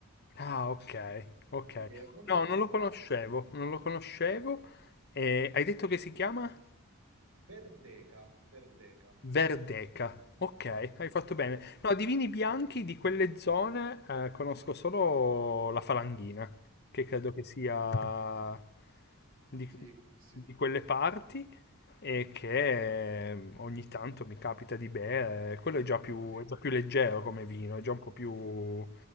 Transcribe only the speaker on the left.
Ah, ok, ok.
No,
non lo conoscevo, non lo conoscevo. Eh, hai detto che si chiama?
Verdeca. Ok,
hai fatto bene.
No, di vini bianchi di quelle zone eh, conosco solo la Falanghina, che credo che sia di,
di quelle parti e che eh, ogni tanto mi capita di bere. Quello è già più,
è già più leggero come vino, è già un po' più